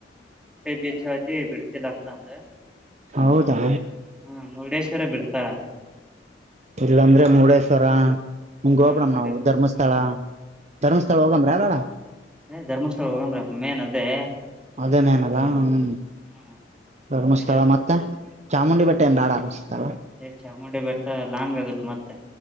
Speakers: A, in the centre; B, on the right.
A: ಬೀಚ್ ಅಲ್ಲಿ ಬಿಳ್ತಿಲ್ಲ ಅಂತ ಅಂದ
B: ಹೌದಾ
A: ಹಾ ಮುರುಡೇಶ್ವರ ಬಿಡ್ತಾರ
B: ಇಲ್ಲಾಂದ್ರೆ ಮುಡೇಶ್ವರ ನಮಗೆ
A: ಹ್ಮ
B: ಹೋಗಬಡಮ್
A: ಮುರುಡೇಶ್
B: ನಾವು ಧರ್ಮಸ್ಥಳ ಧರ್ಮಸ್ಥಳ ಹೋಗಮ್ರ ಅಳ
A: ಏ ಧರ್ಮಸ್ಥಳ ಹೋಗಂದ್ರ ಅಪ್ಪ ಮೇನ್ ಅದೇ
B: ಅದೇ ಮೇನಲ್ಲ ಹ್ಮ
A: ಹ್ಮ
B: ಧರ್ಮಸ್ಥಳ
A: ದೇವಸ್ಥಾನ
B: ಮತ್ತೆ ಚಾಮುಂಡಿ ಬೆಟ್ಟದಿಂದ ಬ್ಯಾಡ ಅನ್ಸುತ್ತೆ
A: ಸ ಚಾಮುಂಡಿ ಬಬೆಟ್ಟ ಲಾಂಗ್ ಆಗುತ್ತತ್ ಮತ್ತೆ